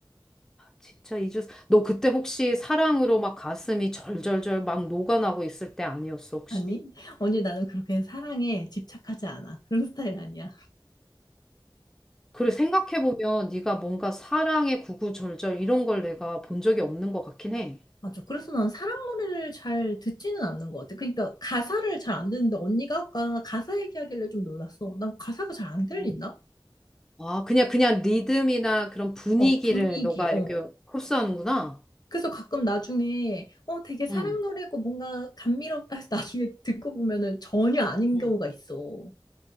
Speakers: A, in the centre; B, on the left.
A: 진짜 이주 너 그때 혹시 사랑으로 막 가슴이 절절절 막 녹아나고 있을 때 아니었어 혹시?
B: 아니, 언니 나는 그렇게 사랑에 집착하지 않아. 그런 스타일 아니야.
A: 그래 생각해 보면 네가 뭔가 사랑의 구구절절 이런 걸 내가 본 적이 없는 것 같긴 해.
B: 맞아. 그래서 난 사랑 노래를 잘 듣지는 않는 것 같아. 그러니까 가사를 잘 안 듣는데 언니가 아까 가사 얘기하길래 좀 놀랐어. 난 가사가 잘 안 들린다?
A: 어. 아 그냥 그냥 리듬이나 그런 분위기를
B: 어, 분위기,
A: 너가
B: 어.
A: 이렇게 흡수하는구나.
B: 그래서 가끔 나중에 어, 되게 사랑
A: 응.
B: 노래고 뭔가 감미롭다 해서 나중에 듣고 보면은 전혀 아닌
A: 응.
B: 경우가 있어.